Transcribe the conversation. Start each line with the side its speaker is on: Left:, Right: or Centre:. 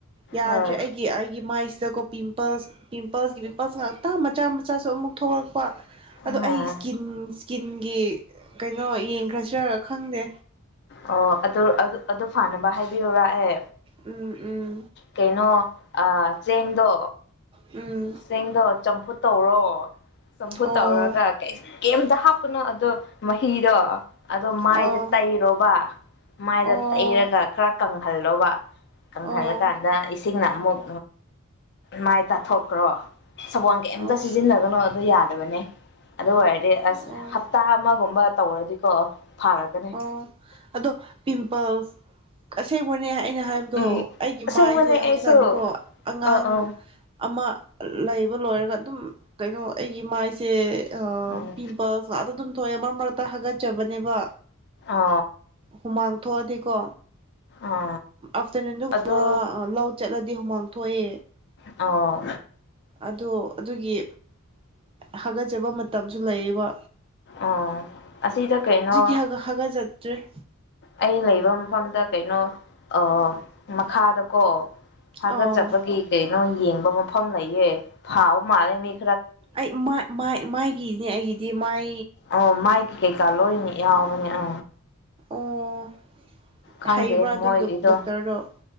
Right: ꯌꯥꯗ꯭ꯔꯦ
Left: ꯍꯣꯏ
Right: ꯑꯩꯒꯤ ꯑꯩꯒꯤ ꯃꯥꯏꯁꯤꯗꯀꯣ ꯄꯤꯝꯄꯜꯁ ꯄꯤꯝꯄꯜꯁꯒꯤ ꯄꯤꯝꯄꯜꯁ ꯉꯥꯛꯇ ꯃꯆꯥ ꯃꯆꯥꯁꯨ ꯑꯃꯨꯛ ꯊꯣꯛꯂꯛꯦ ꯋꯥ ꯑꯗꯣ
Left: ꯑꯥ
Right: ꯑꯩ ꯏꯁꯀꯤꯟ ꯏꯁꯀꯤꯟꯒꯤ ꯀꯩꯅꯣ ꯌꯦꯡꯈ꯭ꯔꯁꯤꯔ ꯈꯪꯗꯦ
Left: ꯑꯣ ꯑꯗꯨ ꯑꯗꯨ ꯑꯗꯨ ꯐꯥꯅꯕ ꯍꯥꯏꯕꯤꯌꯨꯔꯛꯑꯦ
Right: ꯎꯝ ꯎꯝ
Left: ꯀꯩꯅꯣ ꯑ ꯆꯦꯡꯗꯣ
Right: ꯎꯝ
Left: ꯁꯤꯡꯗꯣ ꯆꯝꯐꯨꯠ ꯇꯧꯔꯣ ꯁꯨꯝꯐꯨ
Right: ꯑꯣ
Left: ꯇꯧꯔꯒ ꯀꯩꯝꯇ ꯍꯥꯞꯀꯅꯣ ꯑꯗꯣ ꯃꯍꯤꯔ ꯑꯗꯣ ꯃꯥꯏꯗ
Right: ꯑꯣ
Left: ꯇꯛꯏꯔꯣꯕ ꯃꯥꯏꯗ
Right: ꯑꯣ
Left: ꯇꯛꯏꯔꯒ ꯈꯔ ꯀꯪ ꯍꯜꯂꯣꯕ ꯀꯪꯍꯜꯂ
Right: ꯑꯣ
Left: ꯀꯥꯟꯗ ꯏꯁꯤꯛꯅ ꯃꯨꯛ ꯃꯥꯏ ꯇꯊꯣꯛ ꯀ꯭ꯔꯣ ꯁꯕꯣꯜ ꯀꯩꯝꯇ
Right: ꯑꯣ
Left: ꯁꯤꯖꯤꯟꯅꯒꯅꯣ ꯑꯗꯨ ꯌꯥꯔ ꯑꯗꯨꯗꯕꯅꯦ ꯑꯗꯨ ꯑꯣꯏꯔꯗꯤ ꯑꯁ
Right: ꯑꯣ
Left: ꯍꯞꯇꯥ ꯑꯃꯒꯨꯝꯕ ꯇꯧꯔꯗꯤꯀꯣ ꯐꯥꯔꯛꯀꯅꯤ
Right: ꯑꯣ ꯑꯗꯣ ꯄꯤꯝꯄꯜꯁ ꯑꯁꯦꯡꯕꯅꯦ ꯑꯩꯅ ꯍꯥꯏꯕꯗꯣ
Left: ꯎꯝ
Right: ꯑꯩꯒꯤ
Left: ꯑꯁꯦꯡꯕꯅꯦ
Right: ꯃꯥꯏꯁꯦ ꯍꯧꯖꯤꯛꯀꯥꯟꯅꯤꯀꯣ
Left: ꯑꯩꯁꯨ
Right: ꯑꯉꯥꯡ
Left: ꯑ ꯑ
Right: ꯑꯃ ꯂꯩꯕ ꯂꯣꯏꯔꯒ ꯑꯗꯨꯝ ꯀꯩꯅꯣ ꯑꯩꯒꯤ ꯃꯥꯏꯁꯦ ꯁꯦ
Left: ꯎꯝ
Right: ꯄꯤꯝꯄꯜꯁ ꯑꯥꯗ ꯑꯗꯨꯝ ꯊꯣꯛꯑꯦ ꯃꯔꯛ ꯃꯔ ꯇ ꯍꯥꯒꯠꯆꯕꯅꯦꯕ
Left: ꯑ
Right: ꯍꯨꯃꯥꯡ ꯊꯣꯛꯑꯗꯤꯀꯣ
Left: ꯑ
Right: ꯑꯥꯐꯇꯔꯅꯨꯟꯗꯨꯒꯨꯝꯕ
Left: ꯑꯗꯣ
Right: ꯂꯧ ꯆꯠꯂꯗꯤ ꯍꯨꯃꯥꯡ ꯊꯣꯛꯑꯦ
Left: ꯑꯥ
Right: ꯑꯗꯣ ꯑꯗꯨꯒꯤ ꯍꯥꯒꯠꯆꯕ ꯃꯇꯝꯁꯨ ꯂꯩꯔꯤꯕ
Left: ꯑꯣ ꯑꯁꯤꯗ ꯀꯩꯅꯣ
Right: ꯍꯥꯒ ꯍꯥꯒꯠꯆꯗ꯭ꯔꯦ
Left: ꯑꯩ ꯂꯩꯕ ꯃꯐꯝꯗ ꯀꯩꯅꯣ ꯑ ꯃꯈꯥꯗꯀꯣ ꯍꯥꯒꯠꯆꯕꯒꯤ
Right: ꯑꯣ
Left: ꯀꯩꯅꯣ ꯌꯦꯡꯕ ꯃꯐꯝ ꯂꯩꯌꯦ ꯍꯥꯎ ꯃꯥꯜꯂꯦꯅꯤ
Right: ꯑꯩꯥꯏ ꯃꯥꯏꯒꯤꯅꯦ ꯑꯩꯒꯤ ꯗꯤꯃꯥꯏ
Left: ꯑꯣ ꯃꯥꯏ ꯀꯩ ꯀꯩꯀꯥ ꯂꯣꯏꯅꯤ ꯌꯥꯎꯕꯅꯦ ꯑ
Right: ꯑꯣ
Left: ꯈꯪꯗꯦ
Right: ꯍꯩꯕ꯭ꯔꯥ ꯑꯗꯨ
Left: ꯃꯣꯏꯒꯤꯗꯣ
Right: ꯗꯣꯛꯇꯔꯗꯣ